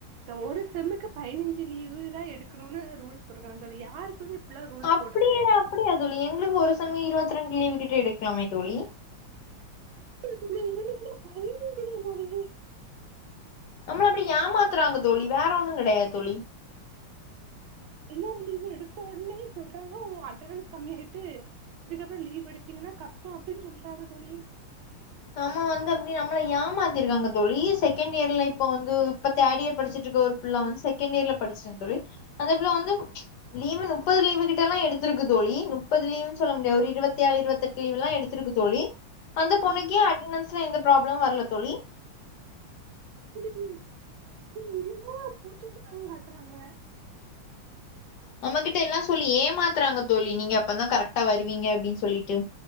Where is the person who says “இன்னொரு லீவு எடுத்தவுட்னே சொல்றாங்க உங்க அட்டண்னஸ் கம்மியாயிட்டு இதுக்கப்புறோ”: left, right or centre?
Right